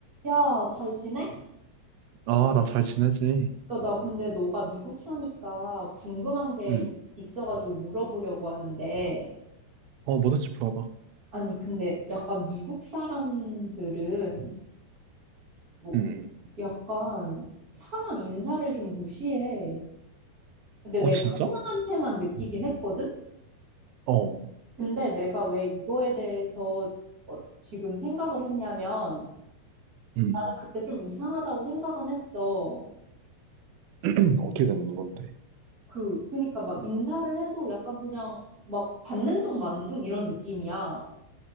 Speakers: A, on the right; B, on the right.
A: 야, 잘 지내?
B: 아, 나 잘 지내지.
A: 야, 나 근데 너가 미국 사니까 궁금한 게
B: 음,
A: 있- 있어가지고 물어보려고 하는데,
B: 어, 뭐든지 물어봐.
A: 아니, 근데 약간 미국 사람들은 뭐
B: 응응.
A: 약간 사람 인사를 좀 무시해. 근데
B: 어,
A: 내가
B: 진짜?
A: 한 명한테만 느끼긴 했거든?
B: 어,
A: 근데 내가 왜 이거에 대해서 어, 지금 생각을 했냐면,
B: 응.
A: 나는 그때 좀 이상하다고 생각은 했어.
B: <clears throat> 어떻게 되는 건데?
A: 그, 그니까 막 인사를 해도 약간 그냥 막 받는 둥 마는 둥 이런 느낌이야.